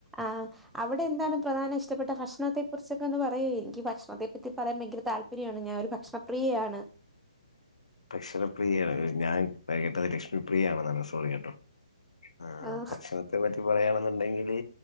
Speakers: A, in the centre; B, on the left (about 70°).
A: ആഹ്. അവിടെ എന്താണ് പ്രധാന ഇഷ്ടപ്പെട്ട ഭക്ഷണത്തെ കുറിച്ചൊക്കെ ഒന്ന് പറയഎനിക്ക് ഭക്ഷണത്തെ പറ്റി പറയാൻ ഭയങ്കര താല്പര്യം- പ്രിയയാണ് ഞാൻ ഒരു ഭക്ഷണപ്രിയയാണ്.
B: അക്ഷരപ്രിയയാണ് ഞാൻ കേട്ടത് ലക്ഷ്മി പ്രിയണെന്നാണ് സോറി കേട്ടോ. ആ
A: ആഹ്
B: ഭക്ഷണത്തെ പറ്റി പറയാണെന്നുണ്ടെങ്കില്